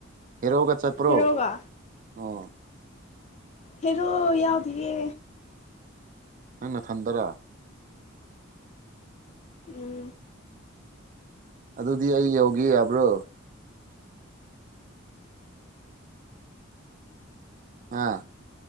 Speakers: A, on the right; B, on the left.
A: ꯍꯦꯔꯣꯒ ꯆꯠꯄ꯭ꯔꯣ
B: ꯍꯦꯔꯣꯒ
A: ꯑꯣ
B: ꯍꯦꯔꯣ ꯌꯥꯎꯗꯤꯌꯦ
A: ꯅꯪ ꯅꯊꯟꯗꯔꯥ
B: ꯎꯝ
A: ꯑꯗꯨꯗꯤ ꯑꯩ ꯌꯧꯒꯦ ꯌꯥꯕ꯭ꯔꯣ ꯍꯥ